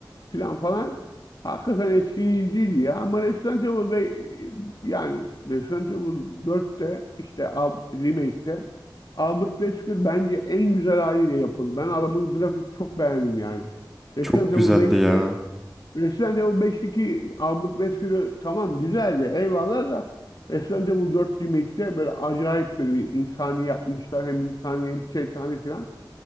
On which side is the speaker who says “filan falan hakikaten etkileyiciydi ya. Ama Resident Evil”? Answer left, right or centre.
Left